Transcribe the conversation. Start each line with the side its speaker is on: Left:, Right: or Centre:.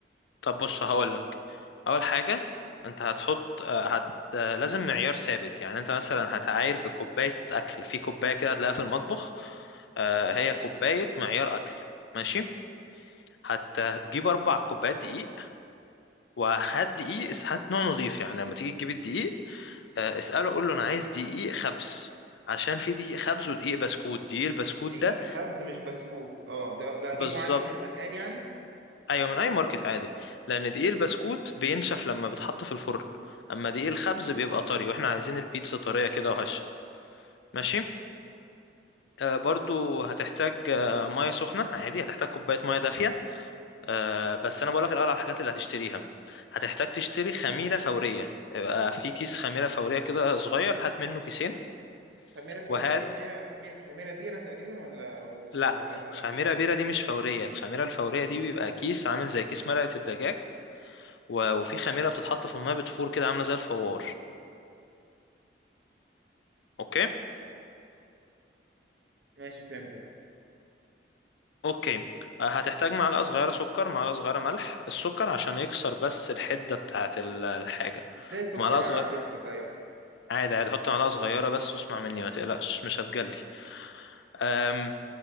Left: طب بص هقول لك اول حاجه انت هتحط آه، هت آه، لازم معيار ثابت يعني انت مثلا هتعاير بكوبايه اكل في كوبايه كده هتلاقيها في المطبخ آه، هي كوبايه معيار اكل ماشي هت... هتجيب اربع كوبايات دقيق وهات دقيق اس- هات نوع نظيف يعني لما تيجي تجيب الدقيق آه، اساله قول له انا عايز دقيق خبز عشان في دقيق خبز ودقيق بسكوت دقيق البسكوت
Right: دقيق
Left: ده
Right: كبز مش بسكوت أه ده ده هجيبه
Left: بالظبط
Right: عادي من البقال يعني
Left: ايوه من اي ماركت عادي لان دقيق البسكوت بينشف لما بيتحط في الفرن اما دقيق الخبز بيبقى طري واحنا عايزين البيتزا طريه كده وهشه ماشي آه برضو هتحتاج آه ميه سخنه عادي هتحتاج كوبايه ميه دافيه آه بس انا بقولك الاول على الحاجات اللي هتشتريها هتحتاج تشتري خميره فوريه يبقى في كيس خميره فوريه كده صغير هات منه كيسين
Right: خميرة فورية
Left: وهات
Right: دي اللي هي خميرة خميرة بيرة تقريبا ولا ولا
Left: لا
Right: ولا غيرها
Left: خميره بيره دي مش فوريه الخميره الفوريه دي بيبقى كيس عامل زي كيس مرقه الدجاج و- وفي خميره بتتحط في الميه بتفور كده عامله زي الفوار اوكي
Right: ماشي فهمتك
Left: اوكي آه، هتحتاج معلقه صغيره سكر معلقه صغيره ملح السكر عشان يكسر بس الحده بتاعه ال- الحاجه
Right: إزاي سكر
Left: ومعلقه
Right: على
Left: صغيره
Right: البيتزا طيب
Left: عادي عادي حط معلقه صغيره بس واسمع مني ما تقلقش مش هتجلي أم،